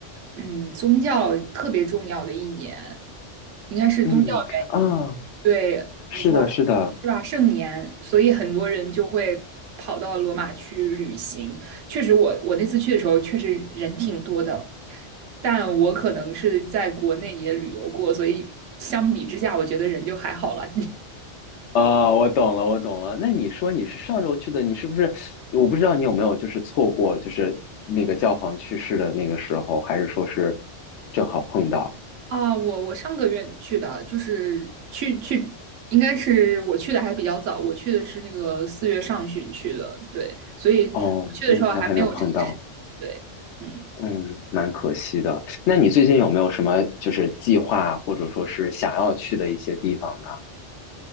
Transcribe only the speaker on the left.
嗯啊，
是的，
是的，
啊，我懂了，我懂了。那你说你是上周去的，你是不是？我不知道你有没有就是错过，就是那个教皇去世的那个时候，还是说是正好碰到？
哦，那应该还没有碰到，
嗯，蛮可惜的。那你最近有没有什么就是计划，或者说是想要去的一些地方呢？